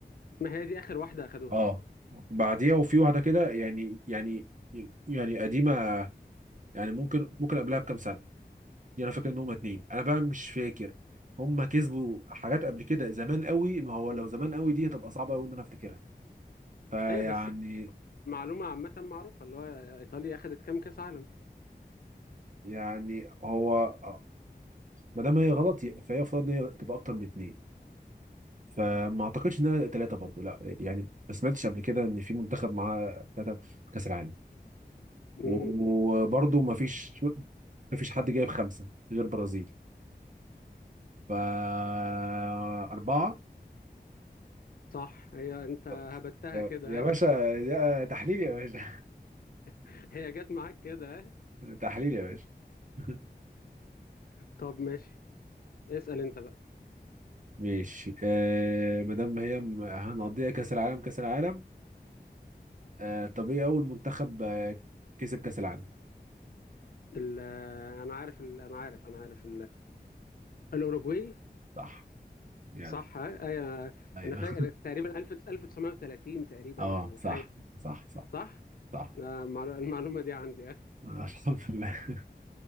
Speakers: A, on the left; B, on the right.
A: ما هي دي اخر واحده اخدوها
B: اه بعديها وفي واحدة كده يعني يعني يعني قديمة يعني ممكن ممكن قبلها بكام سنه يعني انا فاكر ان هما اتنين انا بقى مش فاكر هما كسبوا حاجات قبل كده زمان قوي ما هو لو زمان قوي دي هتبقى صعبه قوي ان انا افتكرها فيعني
A: ايه بس معلومه عامه معروفه اللي هو ايطاليا اخدت كام كاس عالم
B: يعني هو ما دام هي غلط فهي المفروض ان هي تبقى اكتر من اتنين فما اعتقدش انها ثلاثه برضو لا يعني ما سمعتش قبل كده ان في منتخب معاه ثلاثه كاس العالم وبرضو
A: امم
B: ما فيش ما فيش حد جايب خمسه غير برازيل فأربعة
A: صح هي انت
B: طب
A: هبتها
B: يا
A: كده
B: يا
A: ها؟
B: باشا ده تحليل يا باشا
A: هي جت معاك كده ها؟
B: <laughs> تحليل يا باشا <laughs>
A: طب ماشي اسال انت بقى
B: ماشي آه ما دام هي م- هنقضيها كأس العالم كأس العالم آه طب ايه اول منتخب آه، كسب كأس العالم
A: ال- انا عارف ال- انا عارف انا عارف الأوروجواي
B: صح يعني
A: صح آه،
B: ايوه
A: أنا فاكر تقريبا 1000 1930 تقريبا
B: <laughs> اه
A: أو
B: صح
A: حاجة
B: صح صح
A: صح؟
B: صح <laughs>
A: آه، المعلو- المعلومة دي عندي آه.
B: آه، الحمد لله <laughs>